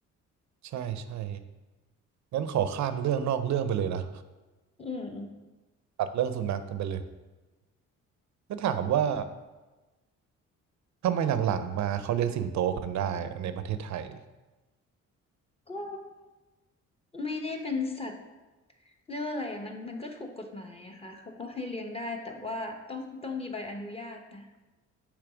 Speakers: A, on the right (about 65°); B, on the left (about 20°).
A: ใช่ใช่งั้นขอข้ามเรื่องนอกเรื่องไปเลยนะ
B: อืม
A: ตัดเรื่องสุนัขกันไปเลยก็ถามว่าทำไมหลังๆมาเขาเลี้ยงสิงโตกันได้ในประเทศไทย
B: ก็ไม่ได้เป็นสัตว์เรียกว่าอะไรอะมันมันก็ถูกกฎหมายอะค่ะเขาก็ให้เลี้ยงได้แต่ว่าต้องต้องมีใบอนุญาตนะ